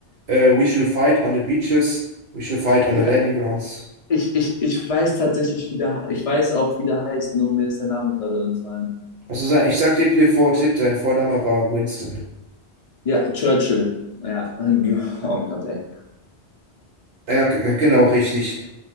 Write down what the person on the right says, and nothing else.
äh, We shall fight on the beaches, we shall fight on
the landing grounds.
Also sa- ich sag dir dir vor, Tipp, dein Vorname war Winston.
Ja, g- genau, richtig.